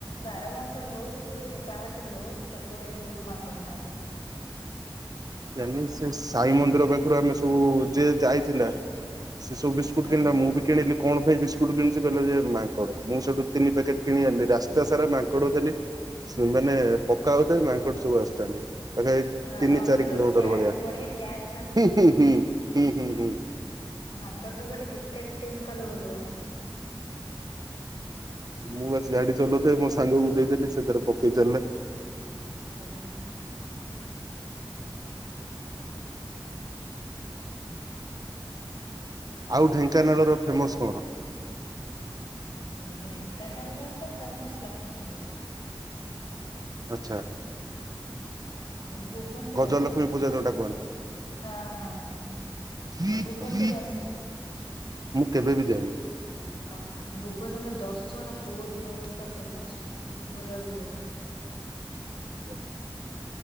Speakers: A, on the left; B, on the right.
A: ବାରବାଙ୍କରେ ହୋଉ କି ପାହାଚରେ ହୋଉ ସେପଟେ ବହୁତ ମାଙ୍କଡ଼ ଥାନ୍ତି।
B: ଜାନି ସେ ସାଇ ମନ୍ଦିର ପାଖୁରୁ ଆମେ ସବୁ ଯିଏ ଯାଇଥିଲା। ସେ ସବୁ ବିସ୍କୁଟୁ
A: ଆଜ୍ଞା
B: କିଣିଲା ମୁ ବି କିଣିଲି। କଣ ପାଇଁ ବିସ୍କୁଟୁ କିଣିଛି କହିଲେ ଯେ ମାଙ୍କଡ଼ ମୁଁ ସେଠୁ ତିନି ପ୍ୟାକେଟ୍ କିଣି ଆଣିଲି ରାସ୍ତା ସାରା ମାଙ୍କଡ଼ ଦେଲି। ସେ ମାନେ ପକାଉଥାନ୍ତି ମାଙ୍କଡ଼ ସବୁ ଆସିଥାନ୍ତି। ଆଚ୍ଛା ଏଇ
A: ହଁ
B: ତିନି
A: ମାଙ୍କଡ
B: ଚାରି
A: ସବୁ
B: କିିଲୋମିଟର
A: କ୍ୟାଚ୍
B: ଭଳିଆ
A: ବଢିଆ କ୍ୟାଚ୍
B: ହୁଁ ହୁଁ ହୁଁ ହୁଁ ହୁଁ ହୁଁ।
A: ମାଙ୍କଡ଼ ର ଗୋଟେ କ୍ରିକେଟ୍ ଟିମ୍ କଲେ ଭଲ ହୁଅନ୍ତା।
B: ମୁଁ ବାସ୍ ଗାଡ଼ି ଚଲଉଥାଏ ମୋ ସାଙ୍ଗକୁ ଦେଇଦେଲି ସେ ତାର ପକେଇଚାଲିଲା।
A: ଆଜ୍ଞା।
B: ଆଉ ଢ଼େଙ୍କାନାଳର ଫେମସ୍ କଣ?
A: ଢ଼େଙ୍କାନାଳର ତ ଫେମସ୍ ଲକ୍ଷ୍ମୀ ପୂଜା।
B: ଆଚ୍ଛା।
A: ଭୁବନ କେବେ
B: ଗଜଲକ୍ଷ୍ମୀ
A: ଆସିଛନ୍ତି
B: ପୂଜା ଯୋଉଟା
A: ହଁ ହଁ ହଁ।
B: କୁହନ୍ତି।
A: ଭୁବନ କେବେ ଆସିଚନ୍ତି? <unintelligible>
B: ମୁଁ କେବେ ବି ଯାଇନି।
A: ଅ ହୋ ଭୁବନ ଏବେ ଦଶରା ବହୁତ୍ ବଡ଼ ପୁରା ଫେମସ୍ ଭଲ ବି ହୁଏ।
B: ଆଚ୍ଛା।